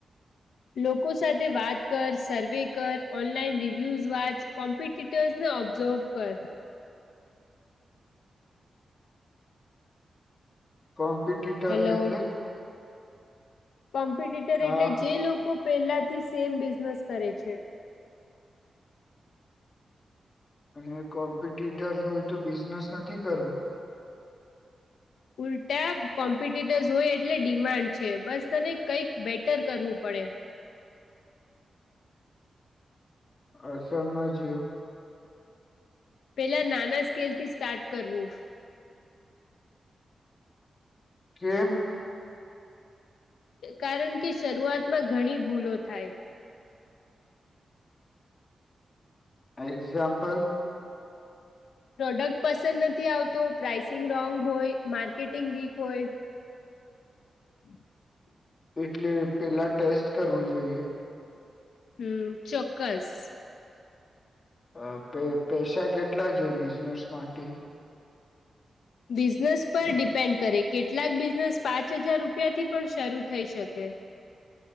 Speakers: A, on the left; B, on the left.
A: લોકો સાથે વાત કર સર્વે કર ઓનલાઈન રિવ્યુઝ વાચ કોમ્પ ર્ ને ઓબ્ઝર્વ કર.
B: કોમ્પિટટર્સ
A: હલો
B: એટલે.
A: કોમ્પિટેટર
B: હા
A: એટલે જે લોકો પેલા થી સેમ બિઝનેસ કરે છે.
B: અને કોમ્પિટટર હોય તો બિઝનેસ નથી કરવું.
A: ઉલ્ટા કોમ્પિટેટર્ હોય એટલે ડિમાન્ડ છે. બસ તને કઈક બેટર કરવું પડે.
B: અ સર ના જીઓ.
A: પેલા નાના સ્કેલ થી સ્ટાર્ટ કરવું.
B: હમ <unintelligible>
A: કારણ કે શરૂઆતમાં ઘણી ભૂલો થાય
B: એક્ઝામ્પલ.
A: પ્રોડક્ટ પસંદ નથી આવતો પ્રાઇસિંગ રોંગ હોય માર્કેટિંગ વીક હોય. હમ <inaudible>
B: એટલે પેલા ટેસ્ટ કરવું જોઈએ.
A: હમ ચોક્કસ.
B: અ પે પૈસા કેટલા જોય બિઝનેસ માટે.
A: બિઝનેસ પર ડિપેન્ડ કરે કેટલાક બિઝનેસ પાંચ હજાર રૂપિયા થી પણ શરૂ થઈ શકે.